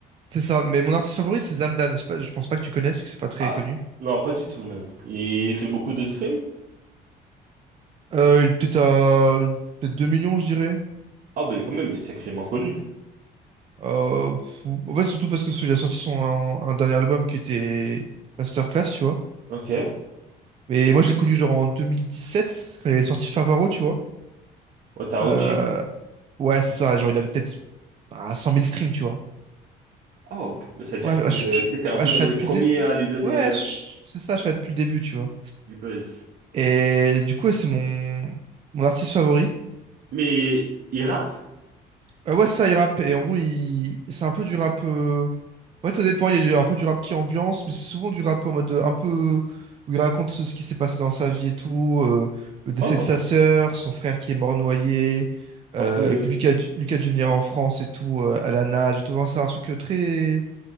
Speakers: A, on the right; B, on the right.
A: C'est ça. Mais mon artiste favori, c'est Zamdan. Je, sais pas- je pense pas que tu connaisses, vu que c'est pas très
B: Ah,
A: connu.
B: non, pas du tout, même. Il fait beaucoup de streams?
A: Euh, il est peut-être à... Peut-être 2 millions, je dirais.
B: Ah, bah quand même, il est sacrément connu.
A: Euh, pff, En fait, surtout parce que il a sorti son un, un dernier album qui était Masterclass, tu vois.
B: Ok. Ouais,
A: Mais moi, je l'ai connu genre en 2017 quand il avait sorti Favaro, tu vois.
B: t'as
A: Euh,
B: OG.
A: Ouais, c'est ça. Genre, il avait peut-être ah, cent mille streams, tu vois.
B: Oh, bah, ça veut dire
A: Ouais, je,
B: que euh,
A: je- je-
B: t'étais un
A: bah,
B: peu
A: je
B: dans
A: suis
B: les
A: là depuis
B: premiers
A: le début.
B: à lui donner
A: Ouais,
B: euh,
A: je- je- c'est ça, je suis là depuis le début, tu vois.
B: du buzz.
A: Et du coup, ouais, c'est mon, mon artiste favori.
B: Mais il rappe?
A: Euh, ouais, ça, il rappe. Et en gros, il... c'est un peu du rap. euh, Ouais, ça dépend. Il y a du- un peu du rap qui ambiance, mais c'est souvent du rap en mode euh, un peu. où il raconte ce, ce qui s'est passé dans sa vie et tout. euh, le décès
B: Oh,
A: de sa sœur, son frère qui est mort noyé.
B: un
A: Euh,
B: peu
A: que Lucas, Du- Lucas dû venir en France et tout, euh, à la nage et tout. Enfin, c'est un truc euh, très. et